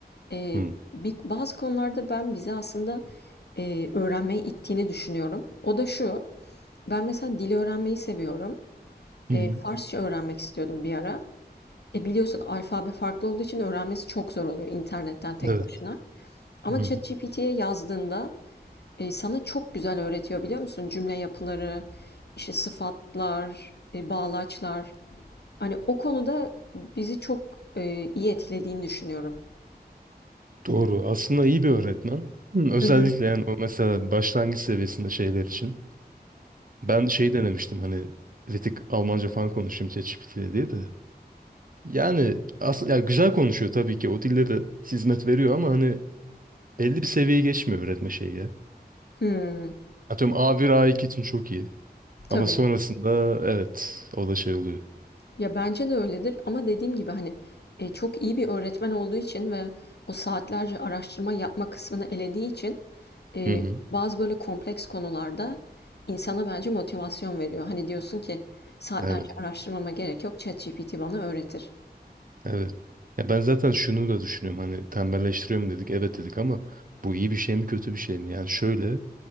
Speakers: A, on the left (about 80°); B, on the right (about 55°).
A: e,
B: Hı.
A: bir, bazı konularda ben bizi aslında e, öğrenmeye ittiğini düşünüyorum. O da şu, ben mesela dil öğrenmeyi seviyorum.
B: Hı
A: E,
B: hı.
A: Farsça öğrenmek istiyordum bir ara. E, biliyorsun alfabe farklı olduğu için öğrenmesi çok zor oluyor internetten tek
B: Evet.
A: başına. Ama
B: Hı
A: ChatGPT'ye
B: hı.
A: yazdığında e, sana çok güzel öğretiyor biliyor musun? Cümle yapıları, işte sıfatlar, e, bağlaçlar. Hani o konuda bizi çok, eee, iyi etkilediğini düşünüyorum.
B: Doğru. Aslında iyi bir öğretmen. Hı, Özellikle
A: Hı hı.
B: yani o mesela başlangıç seviyesinde şeyler için. Ben şey denemiştim hani bir tık Almanca falan konuşayım ChatGPT ile diye de. Yani aslında ya güzel konuşuyor tabii ki. O dille de hizmet veriyor ama hani belli bir seviyeye geçmiyor öğretme şeyi ya.
A: Hımm.
B: Atıyorum A1 A2 için çok iyi.
A: Tabii.
B: Ama sonrasında evet o da şey oluyor.
A: Ya, bence de öyledir ama dediğim gibi, hani, eee, çok iyi bir öğretmen olduğu için ve o saatlerce araştırma yapma kısmını elediği için, eee,
B: Hı hı.
A: bazı böyle kompleks konularda insana bence motivasyon veriyor. Hani, diyorsun ki saatlerce
B: Evet.
A: araştırmama gerek yok, ChatGPT bana öğretir.
B: Evet. Ya ben zaten şunu da düşünüyorum. Hani tembelleştiriyorum dedik. Evet dedik ama bu iyi bir şey mi kötü bir şey mi? Yani şöyle